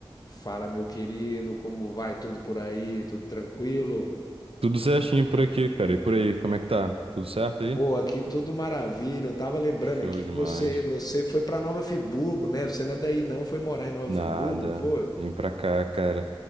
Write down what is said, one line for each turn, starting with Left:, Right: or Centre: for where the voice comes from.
Left: Fala, meu querido, como vai tudo por aí? Tudo tranquilo?
Right: Tudo certinho por aqui, cara. E por aí, como é que tá? Tudo certo aí?
Left: Pô, aqui tudo maravilha. Eu tava lembrando
Right: Show
Left: aqui
Right: demais.
Left: que você você foi pra Nova Friburgo, né? Você não é daí não, foi morar em Nova
Right: Nada.
Left: Friburgo, não foi?
Right: Vim pra cá, cara.